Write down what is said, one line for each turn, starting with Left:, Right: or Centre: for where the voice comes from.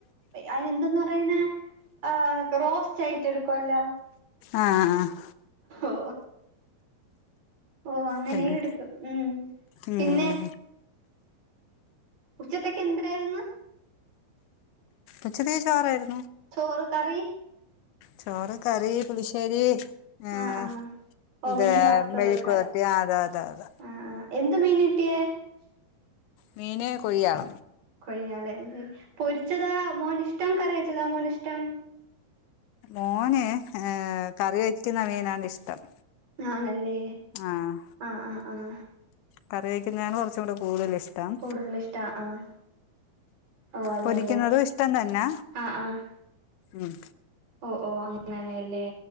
Right: അതിനെന്തെന്ന പറയുന്ന- ആ റോസ്റ്റ് ആയിട്ട എടുക്കുവല്ലോ
Left: ആഹ ആ
Right: ഓ ഓ അങ്ങനെയും
Left: പിന്നെ
Right: എടുക്കും ഉം
Left: ഉം
Right: പിന്നെ ഉച്ചത്തേക്കെ എന്തരായിരുന്നു
Left: ഉച്ചകത്തേക് ചോർ ആയിരുന്നു
Right: ചോറും കറി
Left: ചോറ് കറി പുളിശ്ശേരി ആഹ
Right: ആഹ് ആഹ് ഓ
Left: ഇത്
Right: മീൻ വറുത്തതൊക്കെ
Left: മെഴികെവരട്ടി അത അത അത
Right: ആഹ് ആഹ് <inaudible>
Left: മീന് കൊഴിചാള
Right: കൊഴിയാളല്ലേ പൊരിച്ചതാ മോനു ഇഷ്ടം കറി വച്ചതാ മോനു ഇഷ്ട്ടം
Left: മോനെ ഏ കറി വക്കുന്ന മീനാണ് ഇഷ്ടം
Right: ആണെല്ലേ
Left: ആഹ്
Right: ആഹ് ആഹ് ആഹ
Left: കറി വെക്കുന്നതാണ് കുറച്ചൂടെ കൂടുതൽ ഇഷ്ട്ടം
Right: കൂടുതൽ ഇഷ്ട ആഹ് ഓ അതെല്ലേ
Left: പൊരിക്കുന്നതു ഇഷ്ടം തന്ന
Right: ആഹ് ആഹ്
Left: ഉം
Right: ഓ ഓ അങ്ങനെല്ലേ